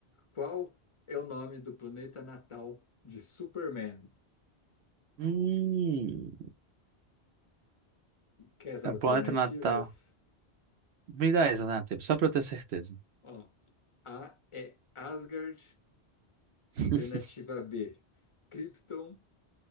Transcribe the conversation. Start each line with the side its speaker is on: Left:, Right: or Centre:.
Left: qual é o nome do planeta natal de Superman?
Right: Hum,
Left: Quer as
Right: é
Left: alternativas?
Right: o Planeta Natal. Me dá essa alternativa, só pra eu ter certeza.
Left: Ó, A é Asgard,
Right: <laughs>
Left: alternativa B, Krypton,